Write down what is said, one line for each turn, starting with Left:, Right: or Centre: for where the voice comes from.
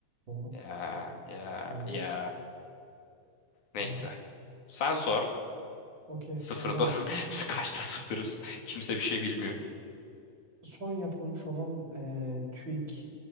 Right: Doğru.
Left: ya ya
Right: Doğru.
Left: ya. Neyse.
Right: Doğru.
Left: Sen sor.
Right: Okey.
Left: Sıfırda.
Right: O zaman
Left: <laughs> Kaçta sıfırız? Kimse bir şey bilmiyor.
Right: son yapılmış olan eee TÜİK